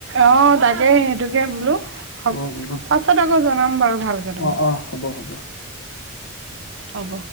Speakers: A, on the right; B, on the left.
A: অ-তা এ সেটোকে বোলো। হ'ব
B: উম উম উম।
A: পাছত আকৌ জনাম বাৰু ভালকে তোমাক।
B: অ অ হ'ব হ'ব
A: হ'ব।